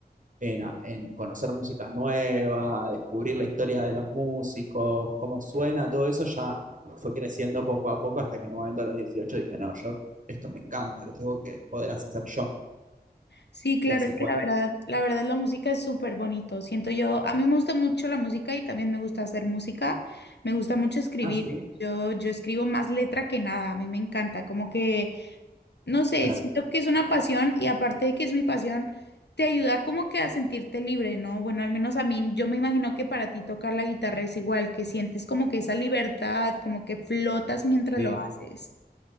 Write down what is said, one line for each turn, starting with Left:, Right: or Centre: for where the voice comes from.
Right: en, en conocer música nueva, descubrir la historia de los músicos, cómo suena, todo eso ya fue creciendo poco a poco hasta que en un momento a los 18 dije, no, yo esto me encanta, lo tengo que poder hacer yo.
Left: Sí, claro,
Right: Y así
Left: es
Right: fue.
Left: que la verdad, la verdad la música es súper bonito. Siento yo, a mí me gusta mucho la música y también me gusta hacer música. Me gusta mucho escribir.
Right: Ah, sí,
Left: Yo, yo escribo más letra que nada. A mí me encanta, como que No sé,
Right: claro,
Left: siento que es una pasión y aparte de que es mi pasión, te ayuda como que a sentirte libre, ¿no? Bueno, al menos a mí, yo me imagino que para ti tocar la guitarra es igual, que sientes como que esa libertad, como que flotas mientras
Right: sí,
Left: lo haces.